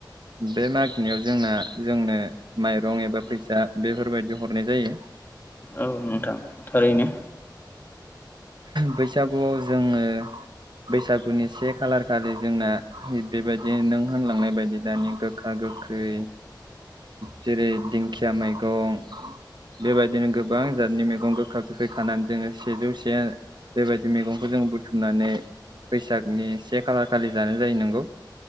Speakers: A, on the right (about 70°); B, on the left (about 25°).
A: बे मागिनायाव जोंना जोंनो माइरं एबा फैसा बेफोरबायदि हरनाय जायो
B: औ नोंथां थारैनो
A: बैसागुआव जोङो बैसागुनि से खालार खालि जोंना बेबायदि नों होनलांनाय बायदि दानि गोखा गो गोखै जेरै दिंखिया मैगं बेबायदिनो गोबां जादनि मेगं गोखा गोखै खानानै जोङो सेजौ ज बेबायदि मैगंखौ जों बुथुमनानै बैसागनि से खालार खालि जानाय जायो नोंगौ